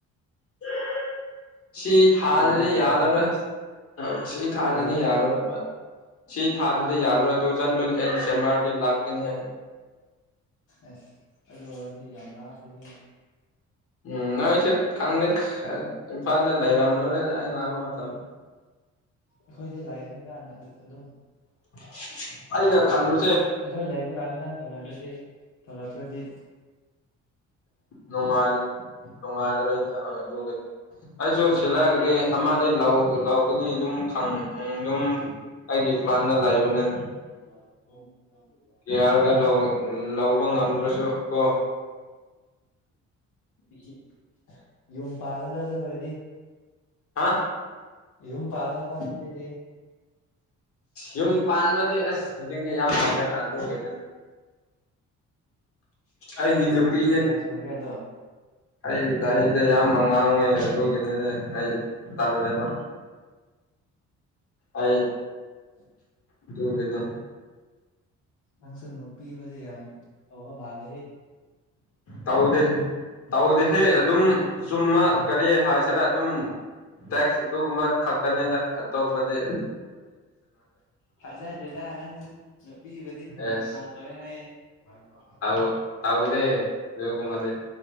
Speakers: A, on the left; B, on the left.
A: <unintelligible> ꯁꯤ ꯊꯥꯗ꯭ꯔꯗꯤ
B: ꯄꯨꯕ ꯌꯥꯏ
A: ꯌꯥꯔꯥꯔꯣꯏ
B: ꯑꯗꯣ
A: ꯍꯣꯏ ꯁꯤ ꯊꯥꯗꯗꯤ
B: ꯀꯔꯤꯕ
A: ꯌꯥꯔꯔꯣꯏꯕ ꯁꯤ ꯊꯥꯗꯗꯤ ꯌꯥꯔꯔꯣꯏ ꯇꯨꯖꯟ ꯊ꯭ꯋꯦꯟꯇꯤ ꯑꯩꯠ ꯗꯤꯁꯦꯝꯕꯔ ꯗꯤ ꯂꯥꯛꯀꯅꯤ ꯑꯩ
B: ꯑꯁ ꯑꯗꯨ ꯑꯣꯏꯔꯗꯤ ꯌꯥꯝ ꯂꯥꯞꯄꯦ ꯍꯦ
A: ꯎꯝ ꯅꯣꯏꯁꯨ ꯈꯪꯗꯦ ꯏꯝꯐꯥꯜꯗ ꯂꯩꯔꯝꯂꯔꯣꯏꯗ ꯑꯩ ꯂꯥꯛꯄ ꯃꯇꯝꯗ
B: ꯑꯈꯣꯏꯗꯤ ꯂꯥꯏꯔꯤꯅꯤꯅ ꯑ -ꯑꯗꯨꯝ
A: <unintelligible> ꯑꯩꯅ ꯈꯟꯕ
B: ꯑꯩꯈꯣꯏ ꯂꯩꯕ ꯀꯥꯟꯗ ꯅꯪ ꯊꯣꯂꯛꯑ꯭ꯔꯗꯤ ꯊꯣꯂꯛꯇ꯭ꯔꯗꯤ
A: ꯅꯣꯡꯉꯥꯜ ꯅꯣꯡꯉꯥꯜꯂꯔꯣꯏꯗ ꯑ -ꯑꯗꯨꯒꯅꯦ ꯑꯩꯁꯨ ꯁꯤꯂꯥ ꯒꯥꯔꯤ ꯑꯃꯗꯤ ꯂꯧ ꯂꯧꯒꯅꯤ ꯑꯗꯨꯝ ꯈꯟ ꯎꯝ ꯑꯗꯨꯝ ꯑꯩꯒꯤ ꯄ꯭ꯂꯥꯟꯗ ꯂꯩꯕꯅꯦ
B: <unintelligible>
A: ꯌꯥꯔꯒ ꯂꯧ ꯂꯧꯕ ꯉꯝꯗ꯭ꯔꯁꯨ ꯀꯣ
B: <inaudible> ꯌꯨꯝ ꯄꯥꯂꯣꯗ ꯑꯗꯨ ꯑꯣꯏꯔꯗꯤ
A: ꯍꯥ
B: ꯎꯨꯝ ꯄꯥꯜꯂꯣꯕ ꯑꯗꯨꯒꯤꯗꯤ
A: ꯌꯨꯝ ꯄꯥꯟꯕꯗꯤ ꯑꯁ ꯍꯧꯖꯤꯛꯇꯤ ꯌꯥꯝ ꯇꯜꯂꯦ ꯑꯗꯨ ꯑꯣꯏꯗꯅ ꯑꯩꯒꯤ
B: ꯅꯪꯒꯤ
A: ꯅꯨꯄꯤ
B: ꯆꯍꯤꯁꯦ
A: ꯅꯠ
B: ꯀꯌꯥ ꯁꯨꯔꯒꯦ ꯑꯗꯣ
A: ꯑꯩꯒꯤ ꯆꯍꯤꯗꯤ ꯌꯥꯝ ꯑꯉꯥꯡꯅꯦ ꯑꯗꯨꯒꯤꯅꯦꯗ ꯑꯩ ꯇꯜꯂꯦꯕ
B: <inaudible>
A: ꯑꯩ
B: <inaudible>
A: ꯑꯗꯨꯒꯤꯅꯦ
B: ꯅꯪꯁꯨ ꯅꯨꯄꯤꯕꯨꯗꯤ ꯌꯥꯝ ꯇꯧꯕ ꯃꯥꯜ
A: ꯇꯧꯗꯦ ꯇꯧꯗꯤꯍꯦ ꯑꯗꯨꯝ ꯆꯨꯝꯃ ꯀꯔꯤ ꯍꯥꯏꯁꯤꯔꯥ ꯑꯗꯨꯝ ꯇꯦꯛꯁ ꯑꯗꯨꯒꯨꯝꯕ ꯈꯛꯇꯅꯦꯅ ꯑꯇꯣꯄꯗꯤ
B: ꯊꯥꯖꯗꯦꯗꯥ ꯅꯪꯁꯦ ꯅꯨꯄꯤꯕꯨꯗꯤ
A: ꯑꯦꯁ
B: ꯌꯥꯝ ꯀꯣꯜ ꯇꯧꯋꯦ ꯍꯥꯏꯌꯦ ꯃꯥꯏꯄꯥ
A: ꯇꯧ ꯇꯧꯗꯦ ꯑꯗꯨꯒꯨꯝꯕꯗꯤ